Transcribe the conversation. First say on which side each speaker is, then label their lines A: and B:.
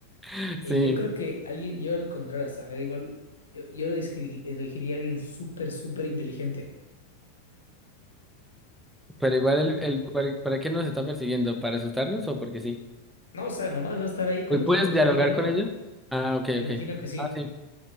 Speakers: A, in the centre; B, on the left.
A: <laughs>
B: Eh,
A: Sí.
B: yo creo que alguien, yo al contrario, o sea, me da igual, yo, yo escri- elegiría a alguien súper, súper inteligente.
A: Pero igual, el, el, ¿para para qué nos está persiguiendo? ¿Para asustarnos o porque sí?
B: No, o sea, nomás va a estar ahí contigo
A: Hoy puedes dialogar
B: todo el tiempo.
A: con ella. Ah, ok,
B: Me imagino
A: ok.
B: que sí.
A: Ah, sí.